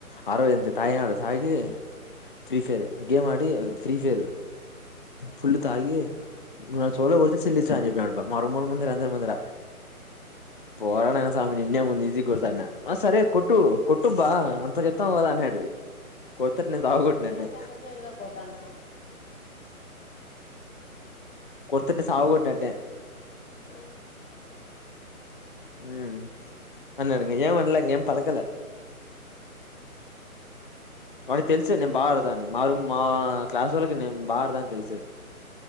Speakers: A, on the left; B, on the left.
A: ఆ రోజు అంతే
B: ఏం
A: తాగినాడు
B: గేమ్
A: తాగి ఫ్రీ ఫైర్ గేమ్ ఆడి ఫ్రీ ఫైర్
B: ఆ
A: ఫుల్లు తాగి నువ్ నా చెవులో కొడితే సెల్లిచ్చా అని చెప్పినాడు బా మా రూమోళ్ళ ముందర దరు ముందర పోరా నాయనా సామి నిన్నే ముందు ఈజీగా గొడతాం అన్నాం ఆ సరే కొట్టు
B: ఆ
A: కొట్టుబ్బా అంత చెప్తావ్ కదా అన్నేడు కొడుతట్నే సావ
B: ఆ
A: కొట్నా
B: ఎక్కడికంత
A: అట్నే
B: జోరుగా పోతన్నావ్
A: కొడతంటే సావ కొట్టినట్టే
B: ఆ
A: హ్మ్ అన్నాడు ఏం అనలేంగం పలకల వాడికి తెలుసు నేను బాగా ఆడతా అని మారు మా క్లాసోళ్ళకి నేను బా ఆడతా అని తెలుసు